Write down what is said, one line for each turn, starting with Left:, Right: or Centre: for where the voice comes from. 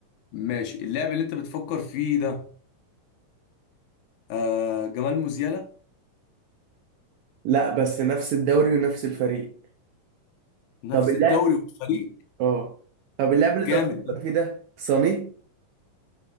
Left: ماشي اللاعب اللي انت بتفكر فيه ده آه جمال موزيالا
Right: لا بس نفس الدوري ونفس الفريق
Left: نفس
Right: طب اللاعب
Left: الدوري والفريق
Right: اه طب اللاعب اللي انت
Left: جامد
Right: بتفكر
Left: ده
Right: فيه ده صاني